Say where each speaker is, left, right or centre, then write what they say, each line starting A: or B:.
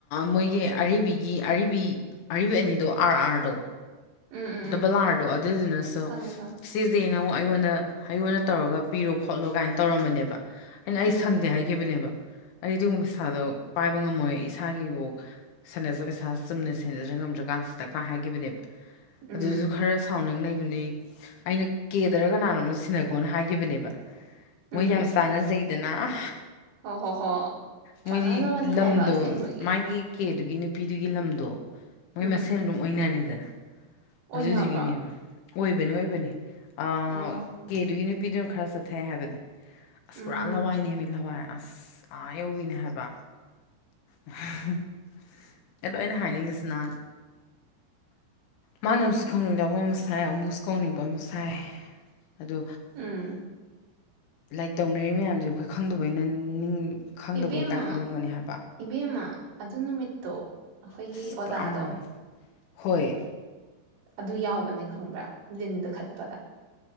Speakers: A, on the left; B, on the right.
A: ꯃꯣꯏꯒꯤ ꯑꯔꯤꯕꯤꯒꯤ ꯑꯔꯤꯕꯤ ꯑꯔꯤꯕ ꯑꯅꯤꯗꯣ ꯑꯥꯔ ꯑꯥꯔꯗꯣ
B: ꯎꯝ ꯎꯝ
A: ꯗꯕꯂꯥꯔꯗꯣ
B: ꯎꯝ
A: ꯑꯗꯨꯗꯨꯅꯁꯨ
B: ꯈꯪꯉꯦ ꯈꯪꯉꯦ
A: ꯁꯤꯁꯦ ꯑꯩꯉꯣꯟꯗ ꯍꯉꯣꯟꯗ ꯇꯧꯔꯒ ꯄꯤꯔꯣ ꯈꯣꯠꯂꯣ ꯀꯥꯏꯅ ꯇꯧꯔꯝꯕꯅꯦꯕ ꯑꯩꯅ ꯑꯩ
B: ꯎꯝ
A: ꯁꯪꯗꯦ ꯍꯥꯏꯈꯤꯕꯅꯦꯕ ꯑꯩ ꯑꯗꯨꯒꯨꯝꯕ ꯄꯩꯁꯥꯗꯣ ꯄꯥꯏꯕ ꯉꯝꯃꯣꯏ ꯏꯁꯥꯒꯤꯐꯥꯎ ꯁꯥꯟꯅꯖꯕ ꯄꯩꯁꯥꯁꯤ ꯆꯨꯝꯅ ꯁꯦꯟꯅꯖ꯭ꯔ ꯉꯝꯗ꯭ꯔꯀꯥꯟꯁꯤꯗ ꯀꯥꯏ ꯍꯥꯏꯒꯤꯈꯤꯕꯅꯦꯕ
B: ꯎꯝ
A: ꯑꯗꯨꯁꯨ ꯈꯔ ꯕꯅꯦ ꯑꯩꯅ ꯀꯦꯗꯔ ꯀꯅꯥꯅꯣꯝ ꯁꯤꯅꯀꯣꯅ ꯍꯥꯏꯈꯤꯕꯅꯦꯕ ꯃꯣꯏ
B: ꯎꯝ
A: ꯌꯥꯝ ꯁꯅ ꯑꯗꯨꯅ
B: ꯍꯣ ꯍꯣ ꯍꯣ
A: ꯃꯣꯏꯗꯤ
B: ꯆꯥꯟꯅꯖꯕꯅꯦ
A: ꯂꯝꯗꯣ
B: ꯍꯥꯏꯕ ꯑꯁꯦꯡꯕꯒꯤ
A: ꯃꯥꯒꯤ ꯀꯀꯦ ꯑꯗꯨꯒꯤ ꯅꯨꯄꯤꯗꯨꯒꯤ ꯂꯝꯗꯣ ꯃꯣꯏ
B: ꯎꯝ
A: ꯃꯁꯦꯟ ꯑꯗꯨꯝ ꯑꯣꯏꯅꯔꯤꯁ ꯑꯗꯨꯗꯅ
B: ꯑꯣꯏꯅꯕ꯭ꯔꯣ
A: ꯍꯧꯖꯤꯛ ꯖꯤꯕꯤꯅꯦꯕ ꯑꯣꯏꯕꯅꯤ ꯑꯣꯏꯕꯅꯤ ꯑ
B: ꯑꯣ
A: ꯀꯦꯗꯨꯒꯅꯤ ꯄꯤꯗꯣꯏꯅꯣ ꯈꯔ ꯆꯠꯊꯩ ꯍꯥꯏꯕꯅꯦ ꯑꯁ
B: ꯎꯝ
A: ꯄꯨꯔꯥ ꯂꯋꯥꯏꯅꯦ ꯍꯥꯏꯕꯤ ꯂꯋꯥꯏ ꯑꯁ ꯑꯥ ꯌꯧꯕꯤꯅꯦ ꯍꯥꯏꯕ inaudible ꯑꯗꯣ ꯑꯩꯅ ꯍꯥꯏꯅꯤꯡꯉꯤꯁꯤꯅ ꯃꯥꯅ ꯑꯃꯁꯨ ꯀꯥꯎꯅꯤꯡꯗꯕ ꯑꯃ ꯁꯥꯏ ꯑꯃꯨꯁꯨ ꯀꯥꯎꯅꯤꯡꯕ ꯑꯃ ꯁꯥꯏ ꯑꯗꯣ
B: ꯎꯝ
A: ꯂꯥꯏꯔꯤꯛ ꯇꯧꯅꯔꯤꯕ ꯃꯌꯥꯝꯁꯦ ꯑꯩꯈꯣꯏ ꯈꯪꯗꯕꯩꯅ ꯈꯪꯗꯕꯣꯏ
B: ꯏꯕꯦꯝꯃ
A: ꯀꯥꯏꯅ ꯈꯜꯂꯝꯒꯅꯤ ꯍꯥꯏꯕ
B: ꯏꯕꯦꯝꯃ ꯑꯗꯨ ꯅꯨꯃꯤꯠꯇꯣ ꯑꯩꯈꯣꯏꯒꯤ
A: ꯑꯁ
B: ꯑꯣꯖꯥꯗꯣ
A: ꯄꯨꯔꯥ ꯃꯥꯟ ꯍꯣꯏ
B: ꯑꯗꯨ ꯌꯥꯎꯕꯅꯦ ꯈꯪꯕ꯭ꯔꯥ ꯂꯤꯟꯗ ꯈꯠꯄꯗ